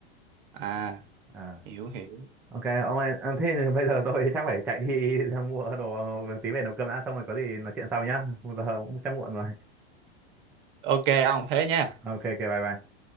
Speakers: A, on the right; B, in the centre.
A: à
B: à
A: hiểu hiểu.
B: ok ông ơi à, thế <laughs> thì bây giờ tôi chắc phải chạy đi <laughs> ra mua đồ tí về nấu cơm đã xong rồi có gì nói chuyện sau nhá bây giờ cũng chắc muộn rồi
A: Ok không? Thế nha.
B: ok ok bye bye